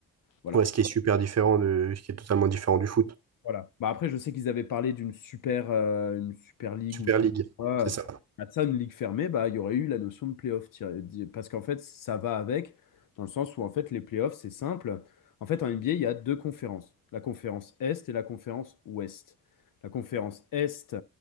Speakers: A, on the left; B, on the right.
A: Voilà.
B: Ouais, ce qui est super différent de, ce qui est totalement différent du foot.
A: Voilà. Bah après, je sais qu'ils avaient parlé d'une super, euh, une super ligue
B: Super
A: ou je sais
B: League,
A: pas quoi.
B: c'est ça.
A: À ça, une ligue fermée, bah, il y aurait eu la notion de playoff. tiré- di- Parce qu'en fait, ça va avec, dans le sens où en fait, les playoffs, c'est simple. En fait, en NBA, il y a deux conférences, la conférence Est et la conférence Ouest. La conférence Est,